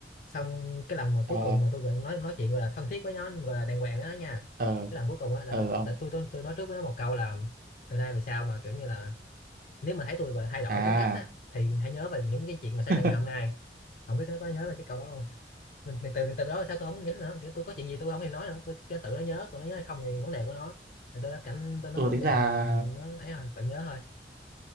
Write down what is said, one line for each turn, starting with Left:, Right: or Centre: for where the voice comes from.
Left: xong cái lần mà cuối
Right: ờ
Left: cùng mà tôi gọi nói nói chuyện gọi là thân thiết với nó gọi là đàng hoàng với nó nha
Right: ờ
Left: cái lần cuối cùng á là
Right: ờ
Left: tôi
Right: ờ ông
Left: đã- tôi tôi tôi nói trước với nó một câu là từ nay về sau mà kiểu như là nếu mà thấy tôi và thay đổi
Right: à
Left: tính cách á thì hãy nhớ về những cái chuyện mà xảy
Right: <laughs>
Left: ra ngày hôm nay không biết nó có nhớ về cái câu đó không nên, nên từ từ đó sao tôi không nhớ nữa kiểu tôi có chuyện gì tôi không thèm nói nữa tôi cho tự nó nhớ còn nó nhớ hay không thì vấn đề của nó Thì tôi đã cảnh tôi nó
Right: tôi
Left: nói
Right: tính
Left: vậy
Right: ra
Left: rồi nó ấy rồi tự nhớ thôi